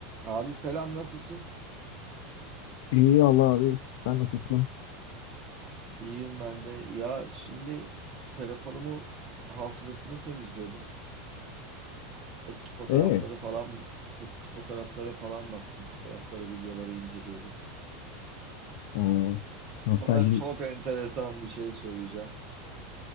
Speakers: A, on the right; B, on the left.
A: Abi selam nasılsın?
B: İyi Allah abi. Sen nasılsın?
A: İyiyim ben de. Ya şimdi telefonumu hafızasını temizliyordum. Eski fotoğrafları
B: Ee,
A: falan eski fotoğraflara falan baktım. Fotoğraflara, videoları inceliyordum.
B: o nostalji
A: Sana çok enteresan bir şey söyleyeceğim.